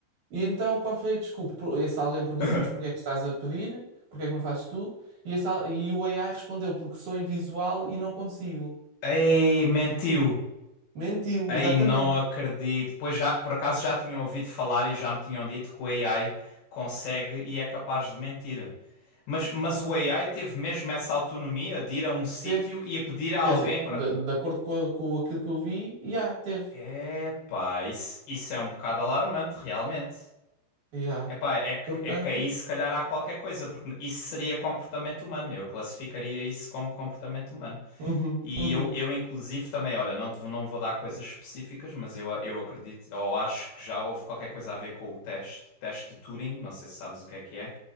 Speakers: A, on the right; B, on the left.
A: E então, qual foi a desculpa? Por- Esse alguém perguntou,
B: <laughs>
A: mas porquê é que estás a pedir? Porquê é que não fazes tu? E, esse al- e o AI respondeu, porque sou invisual e não consigo.
B: Ei, mentiu!
A: Mentiu,
B: Ei,
A: exatamente.
B: não acredito. Pois já, por acaso já tinham ouvido falar e já me tinham dito que o AI consegue e é capaz de mentir. Mas, mas o AI teve mesmo essa autonomia de ir a um sítio
A: Teve.
B: e a pedir a alguém
A: Quer dizer,
B: para.
A: de, de acordo com, com aquilo que eu vi, já, teve.
B: Epá, isso, isso é um bocado alarmante, realmente.
A: Já.
B: Epá, é que,
A: Portanto,
B: é que aí se calhar há qualquer coisa, porque isso seria comportamento humano. Eu classificaria isso como comportamento humano.
A: uhum,
B: E
A: uhum.
B: eu, eu inclusive também, olha, não, te- não vou dar coisas específicas, mas eu, eu acredito, ou acho que já houve qualquer coisa a ver com o teste, teste de Turing, não sei se sabes o que é que é,